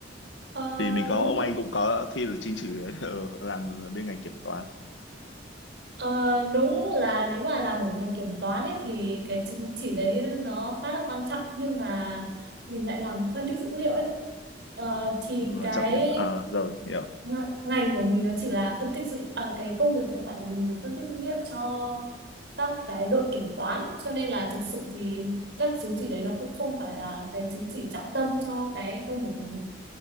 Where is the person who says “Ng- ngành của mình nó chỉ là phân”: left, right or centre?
Right